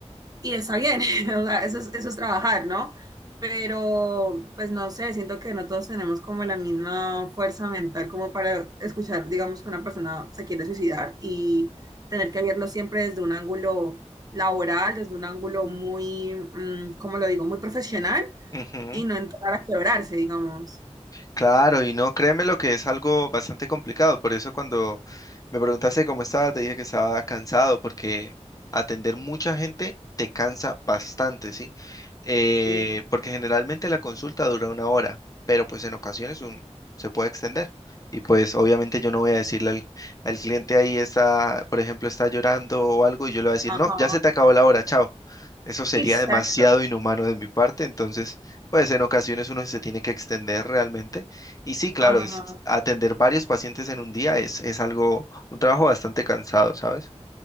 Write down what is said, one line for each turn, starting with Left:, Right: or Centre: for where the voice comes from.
Right: y está bien, <laughs> o sea, eso es, eso es trabajar, ¿no? Pero, pues no sé, siento que no todos tenemos como la misma fuerza mental como para escuchar, digamos, que una persona se quiere suicidar y tener que verlo siempre desde un ángulo laboral, desde un ángulo muy, mm, ¿cómo lo digo?, muy profesional
Left: Ujú.
Right: y no entrar a quebrarse, digamos.
Left: Claro, y no, créeme lo que es algo bastante complicado. Por eso cuando me preguntaste cómo estaba, te dije que estaba cansado, porque atender mucha gente te cansa bastante, ¿sí? Eh,
Right: Sí.
Left: porque generalmente la consulta dura una hora, pero pues en ocasiones un- se puede extender. Y pues obviamente yo no voy a decirle al, al cliente ahí está, por ejemplo, está llorando o algo, y yo le voy a decir, no,
Right: Ajá.
Left: ya se te acabó la hora, chao. Eso sería
Right: Exacto.
Left: demasiado inhumano de mi parte, entonces, pues en ocasiones uno se tiene que extender realmente y sí, claro,
Right: Ajá.
Left: es- atender varios pacientes en un día es, es algo, un trabajo bastante cansado, ¿sabes?